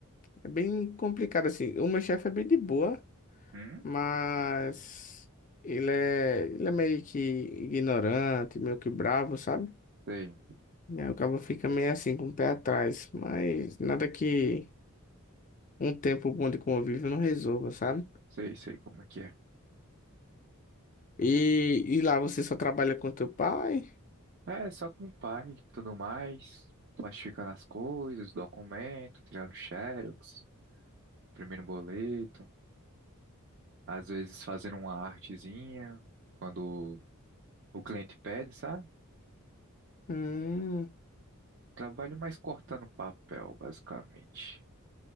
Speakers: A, on the left; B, on the right.
A: é bem complicado, assim. O meu chefe é bem de boa,
B: Hum?
A: mas ele é, ele é meio que ignorante, meio que bravo, sabe?
B: Sei,
A: E aí o cabo fica meio assim, com o pé atrás. Mas nada que um tempo bom de convívio não resolva, sabe?
B: sei, sei como é que é.
A: E, e lá você só trabalha com teu pai?
B: É, só com o pai, e tudo mais, plastificando as coisas, documento, tirando xerox, primeiro boleto, às vezes fazendo uma artezinha, quando o cliente pede, sabe?
A: Hum,
B: Trabalho mais cortando papel, basicamente.